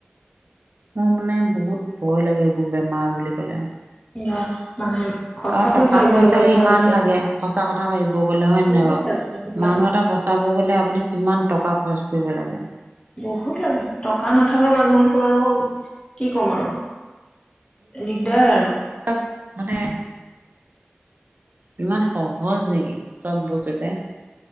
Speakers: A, on the right; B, on the left.
A: মোৰ মানে বহুত ভয় লাগে এইবোৰ বেমাৰ বুলি ক'লে।
B: ইয়াত মানুহে সঁচাকৈয়
A: আৰু টকা
B: ভাবিব
A: পইচাও
B: লগা কথা
A: ইমান
B: হৈছে।
A: লাগে সঁচা কথা ভাবিব গ'লে হয় নে
B: বহুত
A: নাই বাৰু
B: লাগে বহুত লাগে
A: মানুহ এটা বচা চাব গ'লে আপুনি কিমান টকা খৰচ কৰিব লাগে?
B: বহুত লাগে। টকা নাথকা মানুহৰতো আৰু কি ক'ম আৰু? দিগদাৰ আৰু।
A: অ, মানে ইমান সহজ নিকি, চব বস্তুতে?